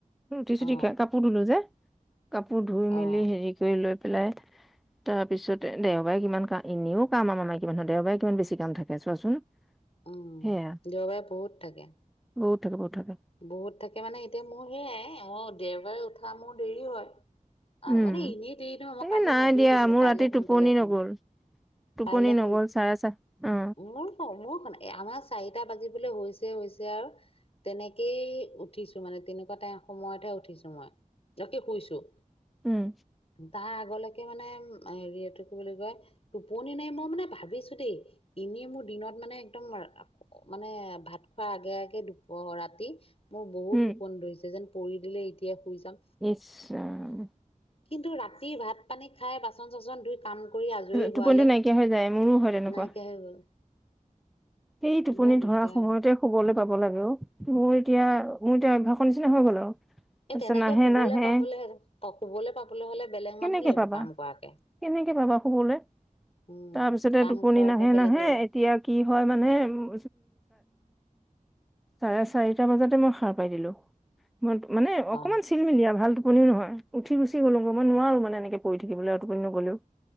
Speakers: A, in the centre; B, on the left.
A: ৰুটি চুটি
B: অ',
A: খাই কাপোৰ ধুলো যে। কাপোৰ ধুই মেলি
B: অ',
A: হেৰি কৰি লৈ। পেলাই তাৰ পিছতে দেওবাৰে কিমান কাহিনীও কাম কাম আমাৰ মাইকী মানুহৰ দেওবাৰে। কিমান বেছি কাম থাকে চোৱাচোন।
B: উম,
A: সেয়া
B: দেওবাৰে বহুত থাকে।
A: বহুত থাকে বহুত থাকে
B: বহুত থাকে মানে এতিয়া মোৰ সেয়াই মই দেওবাৰে উঠা মোৰ দেৰি হয়। অ
A: উম
B: মানে এনেই দি দি মই
A: এ
B: কালি
A: নাই
B: ভাবিয়ে
A: দিয়া
B: থৈছিলো
A: মোৰ
B: কাইলৈ
A: ৰাতি
B: সোনকালে
A: টোপনি
B: উঠিম।
A: নগ'ল টোপনি
B: কাইলৈ শুন
A: নগ'ল চাৰে চা অ
B: মোৰ মোৰখন আমাৰ চাৰিটা বাজিবলৈ হৈছে। হৈছে আৰু তেনেকেই উঠিছো, মানে তেনেকুৱা তাই সময়তহে উ। উঠিছো মই, তাকে শুইছো।
A: উম।
B: তাৰ আগলৈকে মানে হেৰি এইটো কি বুলি কয় টোপনি নাই মই মানে ভাবিছো দেই। আনিয়ে মোৰ দিনত মানে একদম মানে ভাত খোৱাৰ আগে আগে দুপৰাত মোৰ বহুত
A: উম
B: টোপন ধৰিছে যেন পৰি দিলে এতিয়া। শুই যাম
A: ইচ ৰাম।
B: কিন্তু ৰাতি ভাত পানী খাই বাচন চাচন ধুই কাম কৰি আজৰি
A: টোপনিটো
B: হোৱালে।
A: নাইকিয়া হৈ যায় মোৰো হয় তেনেকুৱা
B: নাইকিয় হৈ গ'ল।
A: সেই টোপনি
B: বৰ দিগদাৰ
A: ধৰা সময়তে শুবলৈ। পাব লাগে অ', মোৰ এতিয়া মোৰ এতিয়া অভ্যাসৰ নিচিনা হৈ গ'ল আৰু।
B: এ
A: তাৰপিছত
B: তেনেকে
A: নাহে
B: শুবলৈ
A: নাহে
B: পাবলে শুবলৈ পাবলৈ হ'লে। বেলেগ
A: কেনেকে
B: মানুহ লাগিব
A: পাবা
B: কাম কৰাকে
A: কেনেকে পাবা শুবলৈ।
B: উম
A: তাৰপিছতে
B: কাম
A: টোপনি
B: কৰাকে
A: নাহে
B: বেলেগ
A: নাহে
B: লাগিব
A: এতিয়া কি হয় মানে উ। চাৰে চাৰিটা বজাতে মই সাৰ পাই দিলো ম মানে অকমান
B: অ
A: চিল মিলিয়া ভাল শুনিও নহয় উঠি ৰুচি গ'লো গ মই নোৱাৰো মানে এনেকে পৰি থাকিবলৈ টুপনি নগ'লেও